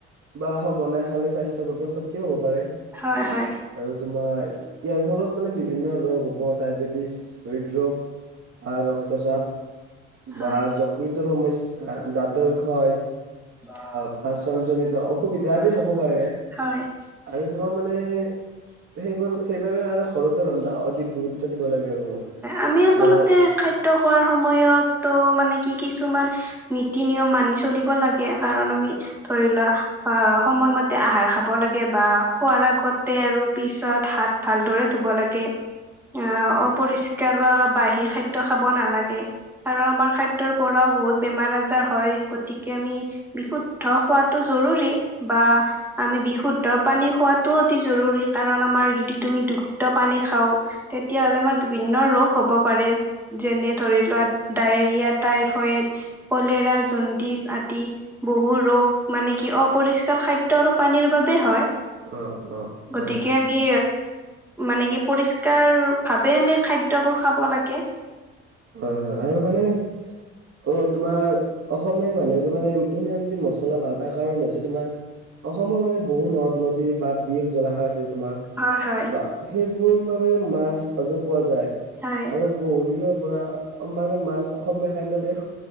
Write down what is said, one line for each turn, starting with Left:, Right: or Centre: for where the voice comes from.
Right: বা সঘনাই খালে স্বাস্থ্যৰ বাবে ক্ষতিও হ'ব পাৰে।
Centre: হয়, হয়।
Right: আৰু তোমাৰ ইয়াৰ ফলত মানে বিভিন্ন ৰোগ হ'ব, ডায়বেটিছ, হৃদৰোগ আহ ৰক্তচাপ
Centre: হয়
Right: বা যকৃতৰ সমস্যা, দাঁতৰ <unintelligible>
Centre: হয়।
Right: বাচনজনিত অসুবিধা আদি হ'ব পাৰে
Centre: হয়,
Right: আৰু তোমাৰ মানে সেইবোৰ সেইবাবে আৰু ঘৰতে ৰন্ধা অধিক গুৰুত্ব দিব লাগে আৰু মই
Centre: আমি আচলতে
Right: আৰু
Centre: খাদ্য <unintelligible> <unintelligible> খাদ্য খোৱাৰ সময়ত ত মানে কি কিছুমান নীতি-নিয়ম মানি চলিব লাগে, কাৰণ আমি ধৰি লোৱা অ, সময়মতে আহাৰ খাব লাগে, বা খোৱাৰ আগতে আৰু পিছত হাত ভালদৰে ধুব লাগে। অ, অপৰিষ্কাৰ বাাহি খাদ্য খাব নালাগে। আৰু আমাৰ খাদ্যৰ পৰাও বহুত বেমাৰ-আজাৰ হয়। গতিকে, আমি বিশুদ্ধ হোৱাতটো জৰুৰী, বা আমি বিশুদ্ধ পানী খোৱাতটো অতি জৰুৰী, কাৰণ আমাৰ যদি তুমি দূষিত পানী খাওঁ তেতিয়া হ'লে আমাৰ বিভিন্ন ৰোগ হ'ব পাৰে, যেনে ধৰি লোৱা ডায়েৰিয়া, টাইফইড, কলেৰা, জণ্ডিছ, আদি। বহু ৰোগ মানে, কি অপৰিষ্কাৰ খাদ্য আৰু পানীৰ বাবে হয়।
Right: অ, অ, হয়।
Centre: গতিকে আমি মানে কি, পৰিস্কাৰ ভাৱে আমি খাদ্যবোৰ খাব লাগে।
Right: হয়, হয়। আৰু মানে অ, তোমাৰ অসমীয়া মানুহে মানে, ইমান যে মছলা ভাল পায়, কাৰণ হৈছে তোমাৰ অসমৰ মানে, বহুত নদ-নদী বা বিল জলাশয় আছে, তোমাৰ।
Centre: হয় হয়
Right: বা সেইবোৰ বাবে, মাছ সজো পোৱা যায়,
Centre: হয়
Right: আৰু বহুত দিনৰ পৰা মানে, মাছ অসমীয়া খাদ্যত হে